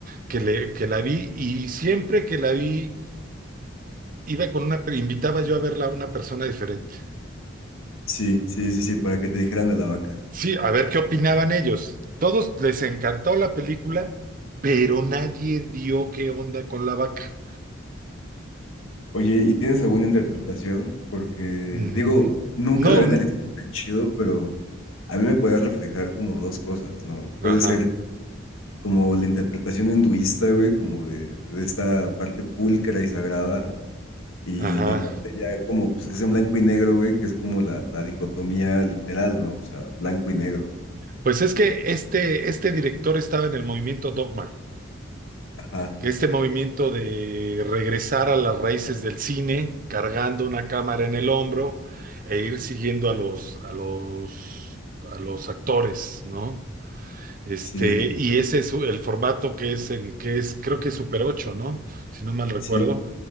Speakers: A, on the right; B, on the left.
A: que, le, que la vi y siempre que la vi, iba con una, invitaba yo a verla a una persona diferente.
B: Sí, sí, sí, sí, para que te dijeran de la vaca.
A: Sí, a ver qué opinaban ellos. Todos les encantó la película, pero nadie dio qué onda con la vaca.
B: Oye, ¿y tienes alguna interpretación? Porque,
A: Mm,
B: digo, nunca
A: No,
B: la había analizado tan chido, pero a mí me puede reflejar como dos cosas, ¿no? Puede
A: ajá,
B: ser como la interpretación hinduista, güey, como de, de esta parte pulcra y sagrada, y
A: ajá.
B: la parte ya como, pues es en blanco y negro, güey, que es como la, la dicotomía literal, ¿no? O sea, blanco y negro.
A: Pues es que este, este director estaba en el movimiento Dogma,
B: Ajá,
A: que este movimiento de regresar a las raíces del cine, cargando una cámara en el hombro e ir siguiendo a los, a los, a los actores, ¿no? Este,
B: sí,
A: y ese es el formato que es en que es, creo que es Super ocho, ¿no? Si no mal recuerdo.
B: sí,